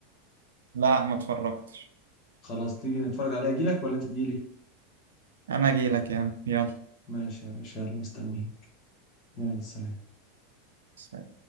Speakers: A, on the right; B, on the left.
A: لا ما اتفرجتش
B: خلاص تيجي نتفرج عليه اجيلك ولا انت تجيلي
A: أنا أجيلك يعني
B: ماشي يا باشا يلا مستنيك يلا سلام
A: يلا